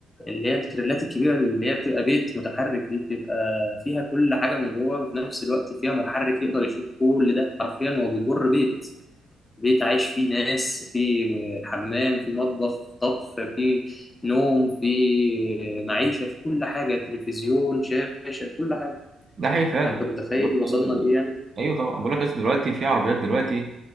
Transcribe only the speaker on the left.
اللي هي التريلات الكبيرة اللي هي بتبقى بيت متحرك دي بتبقى فيها كل حاجة من جوه وفي نفس الوقت فيها محرك يقدر يشيل كل ده حرفيا هو بيجر بيت بيت عايش فيه ناس فيه حمام فيه مطبخ طبخ فيه نوم فيه معيشة في كل حاجة تلفزيون شاشة كل حاجة
فأنت متخيل
وصلنا لإيه يعني